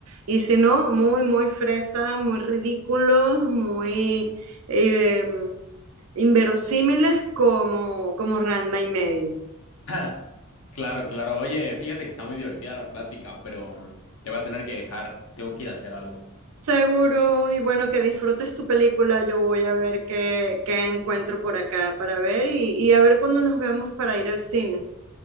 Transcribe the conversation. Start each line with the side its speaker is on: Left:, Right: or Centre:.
Right: Y si no, muy, muy fresa, muy ridículos, muy eh, inverosímiles como, como Ranma y medio.
Left: <laughs> Ja, Claro, claro. Oye, fíjate que está muy divertida la plática, pero te voy a tener que dejar. Tengo que ir a hacer algo.
Right: Seguro, y bueno, que disfrutes tu película. Yo voy a ver qué, qué encuentro por acá para ver y, y a ver cuándo nos vemos para ir al cine.